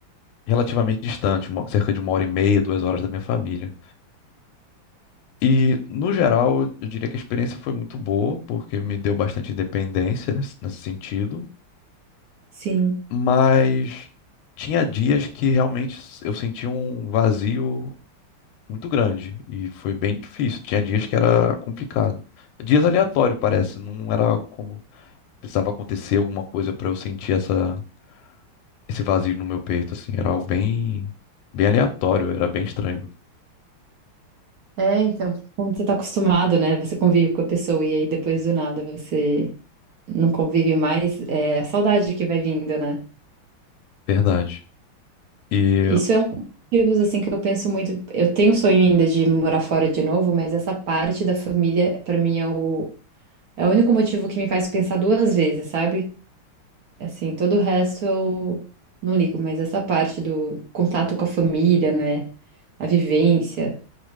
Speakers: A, on the left (about 80°); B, on the right (about 60°).
A: relativamente distante, uma- cerca de uma hora e meia, duas horas da minha família. E, no geral, eu diria que a experiência foi muito boa, porque me deu bastante independência nesse, nesse sentido.
B: sim.
A: mas tinha dias que realmente s- eu sentia um vazio muito grande e foi bem difícil. Tinha dias que era complicado. Dias aleatório, parece, não era algo como precisava acontecer alguma coisa para eu sentir essa esse vazio no meu peito assim, era algo bem bem aleatório, era bem estranho,
B: É, então, como você tá acostumado, né? Você convive com a pessoa e aí depois do nada você não convive mais, é a saudade que vai vindo, né?
A: verdade. E
B: Isso é um dos motivos, assim, que eu penso muito. Eu tenho o sonho ainda de morar fora de novo, mas essa parte da família, pra mim, é o É o único motivo que me faz pensar duas vezes, sabe? Assim, todo o resto eu não ligo, mas essa parte do contato com a família, né? A vivência,